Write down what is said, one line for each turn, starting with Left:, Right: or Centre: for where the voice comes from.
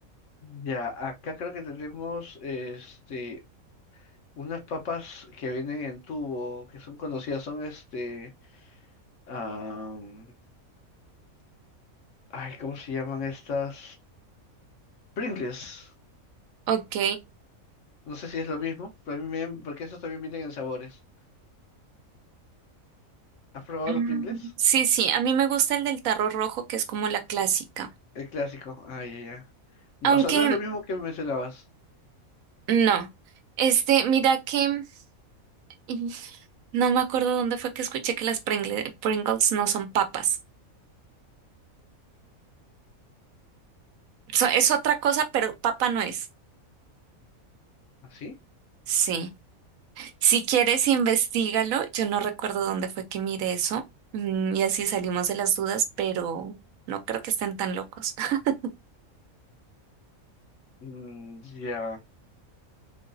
Left: ya, acá creo que tenemos este unas papas que vienen en tubo, que son conocidas, son este am, ay, ¿cómo se llaman estas? Pringles.
Right: Ok.
Left: No sé si es lo mismo, pero a mí me- porque esos también vienen en sabores. ¿Has probado
Right: Mm,
Left: los Pringles?
Right: Sí, sí, a mí me gusta el del tarro rojo, que es como la clásica.
Left: El clásico. Ay, ya, ya. No,
Right: Aunque
Left: O sea, no es lo mismo que mencionabas.
Right: no. Este, mira que mm, no me acuerdo dónde fue que escuché que las Pringle- Pringles no son papas. So- es otra cosa, pero papa no es.
Left: ¿Así?
Right: Sí. Si quieres, investigalo. Yo no recuerdo dónde fue que miré eso. Mm, Y así salimos de las dudas, pero no creo que estén tan locos. <laughs>
Left: Mm, ya.